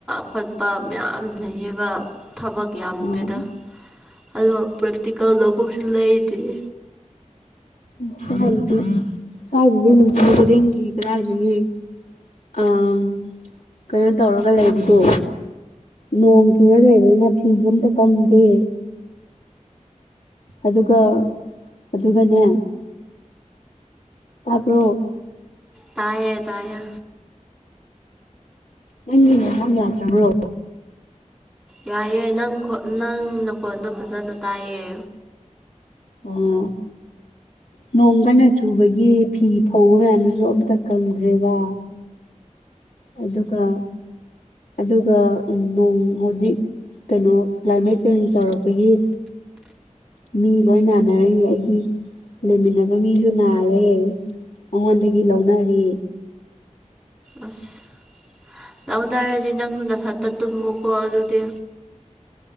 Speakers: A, in the centre; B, on the left (about 80°).
A: ꯈꯣꯠꯄ ꯃꯌꯥꯝ ꯂꯩꯌꯦꯕ ꯊꯕꯛ ꯌꯥꯝꯃꯦꯗ
B: ꯑꯥ
A: ꯑꯗꯨꯒ ꯄ꯭ꯔꯦꯛꯇꯤꯀꯦꯜꯗ ꯅꯣꯠꯕꯨꯛꯁꯨ ꯂꯩꯗ꯭ꯔꯤ
B: <unintelligible> ꯀꯗꯥꯏꯗꯒꯤ ꯑꯥ ꯀꯩꯅꯣ ꯇꯧꯔꯒ ꯂꯩꯕꯗꯣ ꯅꯣꯡ ꯆꯨꯔ ꯂꯩꯕꯅꯤꯅ ꯐꯤꯁꯨ ꯑ ꯑꯃꯝꯇ ꯀꯪꯗꯦ ꯑꯗꯨꯒ ꯑꯗꯨꯒꯅꯦ ꯇꯥꯔꯕꯣ
A: ꯇꯥꯏꯌꯦ ꯇꯥꯏꯦ
B: ꯅꯪ ꯃꯥꯥꯟ ꯌꯥꯇ ꯕ꯭ꯔꯣ
A: ꯌꯥꯏꯑꯦ ꯅꯪ ꯅꯪ ꯅꯈꯣꯟꯜꯗꯣ ꯐꯖꯅ ꯇꯥꯏꯌꯦ
B: ꯑꯣ ꯅꯣꯡ ꯀꯟꯅ ꯆꯨꯕꯒꯤ ꯐꯤ ꯐꯧꯕ ꯃꯌꯥꯝꯗꯨꯁꯨ ꯑꯝꯇ ꯀꯪꯗ꯭ꯔꯦꯕ ꯑꯗꯨꯒ ꯑꯗꯨꯒ ꯅꯣꯡ ꯍꯧꯖꯤꯛ ꯀꯩꯅꯣ ꯀ꯭ꯂꯥꯏꯃꯦꯠ ꯆꯦꯟꯖ ꯇꯧꯔꯛꯄꯒꯤ ꯃꯤ ꯂꯣꯏ ꯅꯥꯟꯅꯔꯤꯌꯦ ꯑꯩꯒꯤ ꯂꯩꯃꯤꯟꯅꯕ ꯃꯤꯁꯨ ꯅꯥꯔꯦ ꯃꯉꯣꯟꯗꯒꯤ ꯂꯧꯅꯔꯤ
A: ꯑꯁ ꯂꯥꯎꯗꯥ ꯍꯥꯏꯔꯗꯤ ꯅꯪ ꯅꯊꯟꯗ ꯇꯨꯝꯃꯨꯀꯣ ꯑꯗꯨꯗꯤ